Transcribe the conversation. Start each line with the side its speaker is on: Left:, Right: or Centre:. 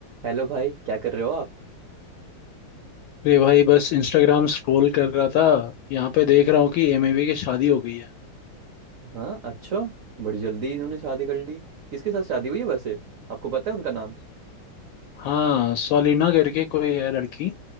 Right: Hello भाई क्या कर रहे हो आप
Left: अरे भाई बस इंस्टाग्राम स्क्रॉल कर रहा था यहाँ पे देख रहा हूँ कि एमएवी की शादी हो गई है
Right: हाँ अच्छा बड़ी जल्दी इन्होंने शादी कर ली किसके साथ शादी हुई है वैसे आपको पता है उनका नाम
Left: हाँ सोलिना करके कोई है लड़की